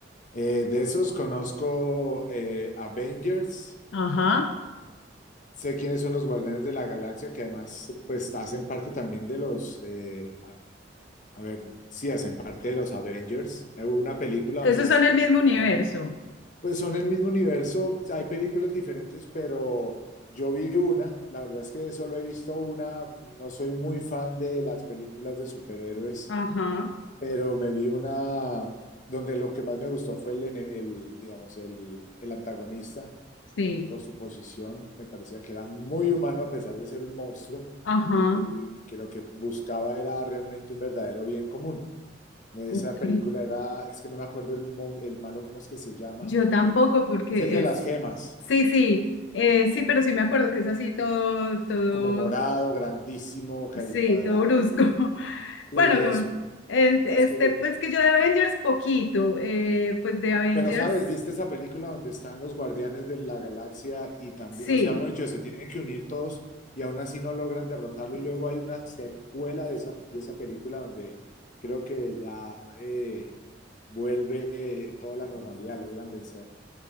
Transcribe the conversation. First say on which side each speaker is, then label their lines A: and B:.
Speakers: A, on the left; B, on the left.
A: Eh, de esos conozco eh, Avengers.
B: Ajá.
A: Mm, Sé quiénes son los Guardianes de la Galaxia, que además pues hacen parte también de los, eh, a, a ver, sí, hacen parte de los Avengers. Eh, Hubo una película
B: esos
A: donde, donde
B: son el mismo
A: estaban
B: universo.
A: Pues son el mismo universo, hay películas diferentes, pero yo vi una, la verdad es que solo he visto una, no soy muy fan de las películas de superhéroes,
B: Ajá.
A: pero me vi una donde lo que más me gustó fue el, ene- el, digamos, el, el antagonista
B: Sí,
A: por su posición, me parecía que era muy humano a pesar de ser un monstruo
B: ajá,
A: y que lo que buscaba era realmente un verdadero bien común. Esa
B: ok.
A: película era, es que no me acuerdo el, mon- el malo, ¿cómo es que se llama?
B: Yo tampoco
A: Que
B: porque
A: es el de
B: es,
A: las gemas,
B: sí, sí, eh, sí, pero sí me acuerdo que es así todo, todo,
A: como morado, grandísimo, caricuadrado.
B: sí, todo brusco. <laughs>
A: Sí,
B: Bueno,
A: eso.
B: como, eh, este,
A: Es que,
B: pues que yo de Avengers poquito, eh, pues de Avengers,
A: pero sabes, ¿viste esa película donde están los guardianes de la galaxia y también,
B: sí.
A: o sea, mejor dicho, se tienen que unir todos y aún así no logran derrotarlo y luego hay una secuela de esa, de esa película donde creo que ya eh, vuelve eh, toda la normalidad, logran vencer.